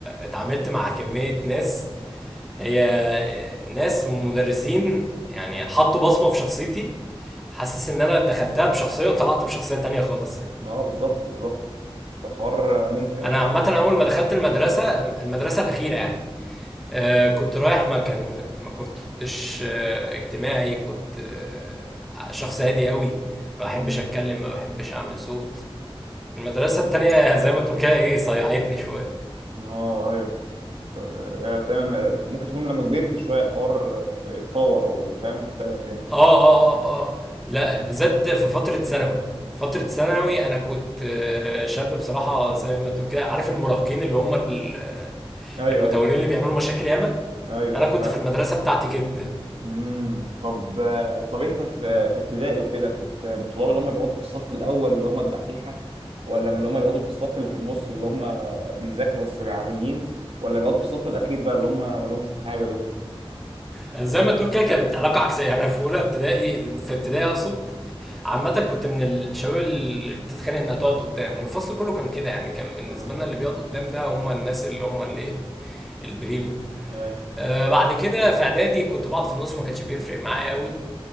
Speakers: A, in the centre; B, on the right.
A: اتعاملت مع كمية ناس هي ناس ومدرسين يعني حطوا بصمة في شخصيتي حاسس ان انا دخلتها بشخصية وطلعت بشخصية تانية خالص يعني.
B: اه بالظبط بالظبط فالحوار آه، ممتع
A: انا عامة اول ما دخلت المدرسة المدرسة الاخيرة يعني آه، كنت رايح ما كان ما كنتش آه، اجتماعي كنت آه، شخص هادي قوي ما بحبش
B: يعني
A: اتكلم ما بحبش اعمل صوت المدرسة التانية زي ما تقول كده ايه صيعتني شوية
B: اه ايوه است- يعني تمام ممكن تكون لما كبرت شويه الحوار ات- اتطور او فاهم اختلف يعني
A: اه اه اه اه لا
B: مم.
A: بالذات في فترة ثانوي فترة ثانوي انا كنت آه، شاب بصراحة زي ما تقول كده عارف المراهقين اللي هم ال- آه،
B: ايوه
A: المتورين
B: ايوه
A: اللي بيعملوا مشاكل ياما
B: ايوه
A: انا
B: ايوه
A: كنت
B: فاهم
A: في المدرسة بتاعتي كده
B: امم طب طب انت في في ابتدائي وكده كنت من الطلاب اللي هم بيقعدوا في الصف الاول اللي هم الدحيحه ولا من اللي هم بيقعدوا في الصف اللي في النص اللي هم بيذاكروا بس العاديين ولا بيقعدوا في الصف الاخير بقى اللي هم مالهمش في حاجه دول
A: يعني زي ما تقول كده كانت علاقة عكسية يعني انا في اولى ابتدائي في ابتدائي اقصد عامة كنت من الشباب اللي بتتخانق انها تقعد قدام والفصل كله كان كده يعني كان بالنسبة
B: اه
A: لنا اللي بيقعد قدام ده هم الناس اللي هم اللي ايه البريم
B: ايوه
A: آه بعد كده في اعدادي كنت بقعد في النص ما كانش بيفرق معايا قوي